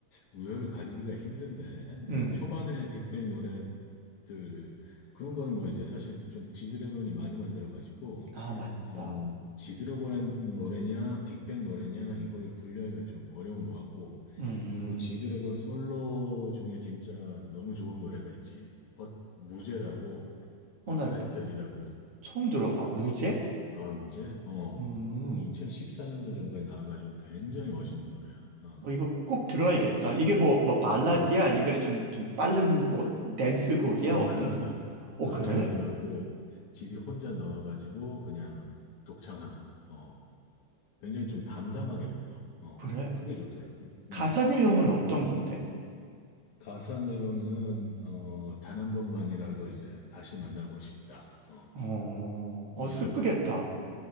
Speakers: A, on the left (about 65°); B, on the right (about 50°).
A: 우열을 가리기가 힘든데 나
B: 음,
A: 초반에 빅뱅 노래들 그런 거는 뭐 이제 사실 좀 지드래곤이 많이 만들어가지고
B: 아, 맞다.
A: 어 지드래곤의 노래냐 빅뱅 노래냐 이거를 분류하기가 좀 어려운 것 같고
B: 음,
A: 그리고 지드래곤 솔로 중에 진짜 너무 좋은 노래가 있지 헛 무제라고
B: 어,
A: 언타이틀이라고
B: 나 처음 들어봐. 무제?
A: 아, 문제? 어.
B: 음,
A: 한 2014년도 정도에 나와가지고 굉장히 멋있는 노래야. 어.
B: 어, 이거 꼭 들어야겠다. 이게 뭐, 뭐, 발라드야?
A: 어,
B: 아니면 좀, 좀 빠른 뭐, 댄스곡이야?
A: 어,
B: 어떤,
A: 발라드.
B: 어, 어,
A: 발라드고,
B: 그래?
A: 지디 혼자 나와가지고 그냥 독창하는. 어. 굉장히 좀 담담하게 불러. 어.
B: 그래.
A: 그게 좋더라고.
B: 가사
A: 음.
B: 내용은 어떤 건데?
A: 가사 내용은, 어, 단 한 번만이라도 이제 다시 만나고 싶다. 어.
B: 어,
A: 뭐
B: 어,
A: 이런
B: 슬프겠다.
A: 느낌.